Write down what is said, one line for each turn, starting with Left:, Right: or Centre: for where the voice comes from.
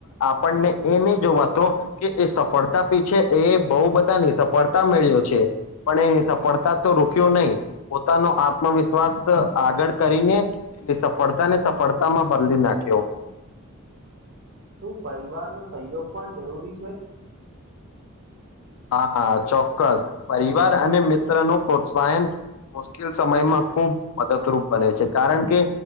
Left: પણ આપને એ નહી જોવાતું, તો કે એ સફળતા પીછે એ બહુ બધાની સફળતા મેળ્યો છે. પણ એ સફળતા તો રોક્યો નહી, પોતાનો આત્મવિશ્વાસ આગળ કરીને એની સફળતા ને સફળતામાં બદલી નાખ્યો.
Right: શું પરિવારનો સહયોગ પણ જરૂરી છે?
Left: હા ચોક્કસ પરિવાર અને મિત્ર નું પ્રોત્સાહન મુશ્કેલ સમયમાં ખુબ મદદરૂપ બને છે કારણ કે,